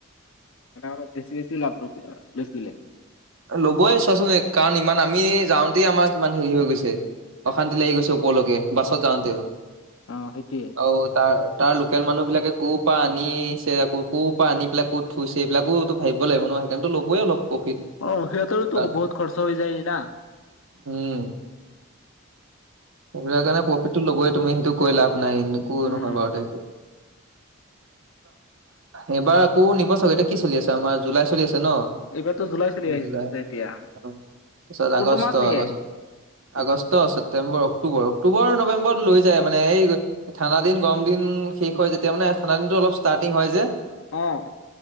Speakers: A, on the left; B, on the right.
A: অলপ বেছি বেছি লাভ ৰ লৈছিলে।
B: ল'বই চোৱাচোন কাৰণ ইমান আমি যাওঁতে। তাতে আমাৰ কিমান হেৰি হৈ গৈছে অশান্তি লাগি গৈছে, ওপৰলৈকে বাছত যাওঁ তেওঁ।
A: অ' সেইটোৱে।
B: অ' তাৰ তাৰ লোকেল মানুহ বিলাকে ক'ৰ পৰা আনিছে ক'ৰ পৰা আনি পেলাই ক'ত থইছে এইবিলাকোতো ভাবিব লাগিব ন সেইকাৰণেটো ল'বই অলপ প্ৰফিট।
A: অ' সিহঁতৰো
B: কাৰণ
A: বহত খৰচা হৈ যায় না।
B: উম, সেইবিলাক কাৰণে প্ৰফিটটো ল'বই, তুমি সেইটো কৈয় লাভ নাই এনেকো
A: উম,
B: নহয় বাৰু তে হেইটো। এইবাৰ আকৌ নিব চাগে, এতিয়া কি চলি আছে আমাৰ জুলাই চলি আছে ন?
A: এইবাৰতো জুলাই চলি আহিছে
B: জুলাই।
A: এতিয়া,
B: অ তাৰপিছত
A: কোনটো
B: আগষ্ট
A: মাহত নিয়ে।
B: August August, September, October, October নৱেম্বৰত লৈ যায় মানে এই ঠাণ্ডা দিন গৰম দিন শেষ হয় যেতিয়া মানে ঠাণ্ডা দিনত অলপ ষ্টাৰ্টিং হয় যে।
A: অহ'